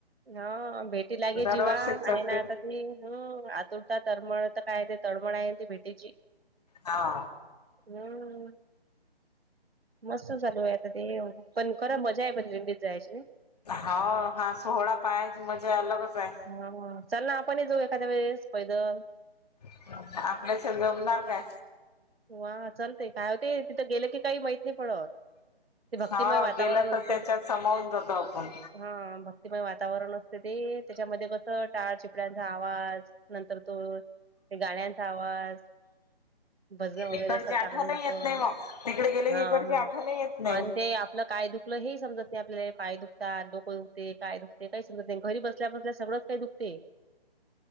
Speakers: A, on the right (about 70°); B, on the left (about 40°).
A: हा भेटी लागे
B: दरवर्षीच
A: जीवा
B: जाते.
A: आहे ना आता ती हम आतुरता तळमळ तर काय ते तळमळ आहे ती भेटीची.
B: हा
A: हम् मस्त चालू आहे आता ते पण खरं मजा आहे पण दिंडीत जायची ना
B: हा सोहळा पायाच मजा अलगच आहे.
A: ह चल ना आपण जाऊ एखाद्या वेळेस पैदल
B: <unintelligible> आपल्याच जमणार काय?
A: वा चालतेय काय होते तिथं गेलं की काही माहीत नाही पडत ते भक्तिमय
B: हा
A: वातावरण
B: गेलं तर
A: असते
B: त्याच्यात समावून जातो आपण
A: हा भक्तिमय वातावरण असते ते त्याच्यामध्ये कस टाळ चिपड्यांचा आवाज नंतर तो गाण्यांचा आवाज भजन वगैरे
B: इकडची
A: असं चांगलं
B: आठवण
A: होेत
B: येत नाही मग तिकडे गेले
A: हा
B: की इकडची
A: मग
B: आठवण येत नाही
A: आणि ते आपलं काय दुख आपुलं हे समजत नाही आपल्याला पाय हे दुखतात दुखते काय दुखते काही समजत नाही घरी बसल्या बसल्या सगळंच काही दुखते.